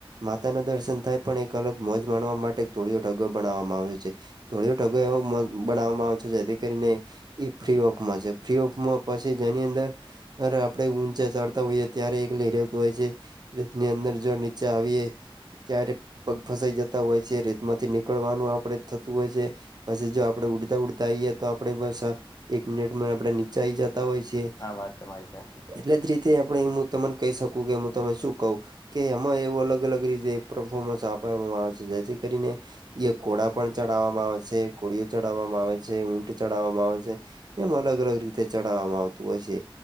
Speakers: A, on the right; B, on the left.
A: માતાના દર્શન થાય પણ એક અલગ મોજ માણવા માટે ધોળિયો ઢગો બનાવવામાં આવ્યો છે. થોડી ઢગો એવો બનાવવામાં આવે છે જેથી કરીને. એ ફ્રી ઓફમાં છે ફ્રી ઓફમાં પછી જેની અંદર. અ આપડણે ઊંચા ચડતા હોઈએ ત્યારે એક લઇ રહેતું હોય છે. રતની અંદર જો નીચે આવીએે ત્યારે પગ ફસાઈ જતા હોય છે રીતમાંથી નીકળવાનું આપડે થતું હોય છે પછી જો આપડે ઉડતા ઉડતા આઈએ તો આપડે બસ એક મિનિટમાં આપડે નીચાઈ જતા હોય છે.
B: હા વાત તમારી સાથે છે.
A: એટલે જ રીતે આપણે હું તમને કહી શકું કે હું તને શું કું. કે એમાં એવું અલગ અલગ રીતે પરફોર્મન્સ આપવામાં આવે છે જેથી કરીને. એ કોળા પણ ચડાવવામાં આવે છે કોળીયો ચડાવવામાં આવે છે ઊંટ ચડાવવામાં આવે છે. એમ અલગ અલગ રીતે ચડાવવામાં આવતું હશે